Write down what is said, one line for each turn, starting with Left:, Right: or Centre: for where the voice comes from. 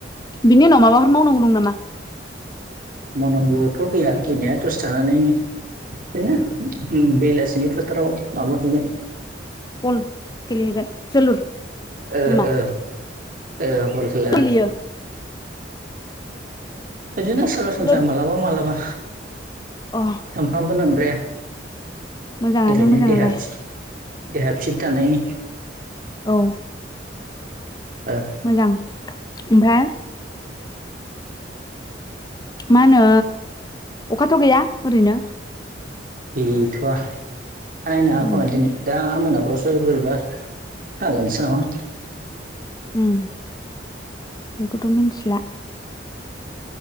Left: बिनि उनाव माबाफोर मावनांगौ दं नामा?
Right: मावनांगौथ' गैयानो गैनाया दसे थानानै ओरैनो बेलासिनि फोथाराव माबा हैैगोन
Left: बल गेले हैगोन जोलुर
Right: ओ
Left: नामा?
Right: ओ ओ बल खेला
Left: गेलेयो
Right: बिदिनो सरासनस्रा
Left: जोलुर
Right: मालाबा मालाबा
Left: अ
Right: सानफ्रामबो नोंद्राया
Left: मोजाङानो
Right: ओरैनो
Left: मोजाङालाय
Right: देहा थि देहा फिट थानायनि
Left: औ।
Right: ओ
Left: मोजां ओमफ्राय मा होनो अखाथ' गैया ओरैनो?
Right: गैथ'वा हानाय नोङा
Left: उम
Right: खोमा दिनै। दा मोनाफ्रावसो बोरैबा हागोनसो नामा?
Left: उम बेखौथ' मिनथिला।